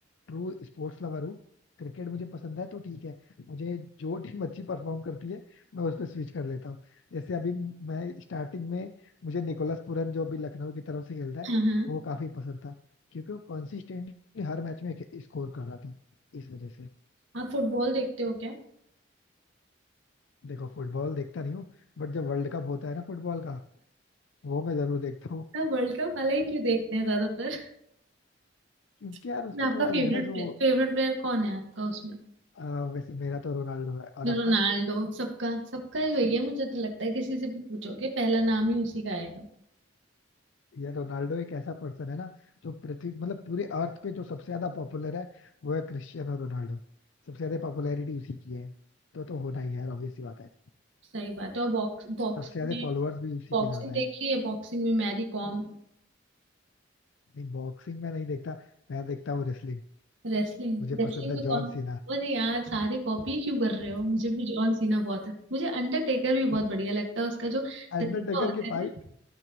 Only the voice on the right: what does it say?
हाँ हाँ
आप फुटबॉल देखते हो क्या
वर्ल्ड कप वाला ही क्यों देखते हैं ज्यादातर
<laughs>
आपका
फेवरेट
प्लेयर फेवरेट प्लेयर कौन है आपका उसमें
रोनाल्डो
सबका सबका ही वही है मुझे तो लगता है किसी से भी पूछोगे पहला नाम ही उसी का आएगा
सही बात है और बॉक्स बॉक्सिंग
में
बॉक्सिंग
देखी है बॉक्सिंग में मैरी कॉम
रेसलिंग
रेसलिंग
में कौन
अरे यार सारे कॉपी क्यों कर रहे हो मुझे भी जॉन सीना बहुत अच्छा मुझे अंडरटेकर भी बहुत बढ़िया लगता है उसका जो तरीका
होता
है
ना